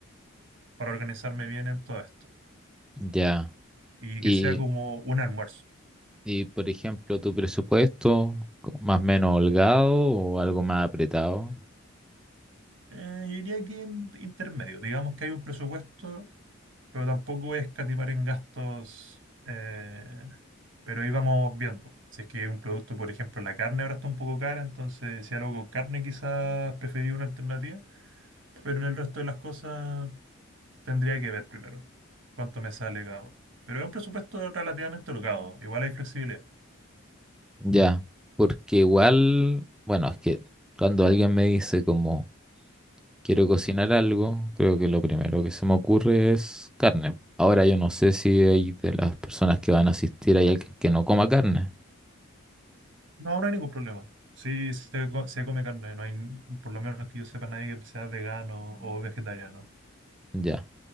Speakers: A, on the right (about 60°); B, in the centre.
A: para organizarme bien en todo esto
B: Ya.
A: y
B: Y,
A: que sea como un almuerzo.
B: y por ejemplo, tu presupuesto, co- más o menos holgado o algo más apretado,
A: Eh, yo diría que en intermedio, digamos que hay un presupuesto, pero tampoco voy a escatimar en gastos, eh, pero ahí vamos viendo. Si es que hay un producto, por ejemplo, la carne ahora está un poco cara, entonces si algo con carne quizás preferiría una alternativa, pero en el resto de las cosas tendría que ver primero cuánto me sale cada uno. Pero es un presupuesto relativamente holgado, igual hay flexibilidad.
B: ya. Porque igual, bueno, es que cuando alguien me dice como Quiero cocinar algo, creo que lo primero que se me ocurre es carne. Ahora yo no sé si hay de las personas que van a asistir hay alguien que no coma carne,
A: No, no hay ningún problema. Sí, se, co- se come carne, no hay, por lo menos que yo sepa, nadie que sea vegano o vegetariano.
B: ya.